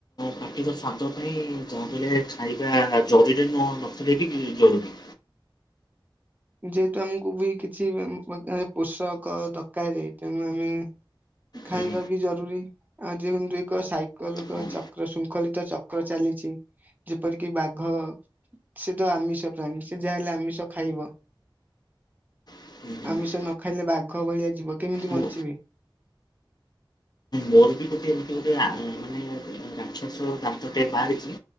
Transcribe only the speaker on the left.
ପାଟିର ସଵାଦ ପାଇଁ ଯାହାହେଲେ ଆା ଜରୁରୀ ନହ ନଥିଲେ ବି ଜରୁରୀ।
ହୁଁ,
ହଁ
ମାନେ
ମୋ
ମୋର ବି ଗୋଟେ ଏମିତି ଗୋଟେ ମାନେ ରାକ୍ଷସ ଦାନ୍ତ ଟେ ବାହାରିଛି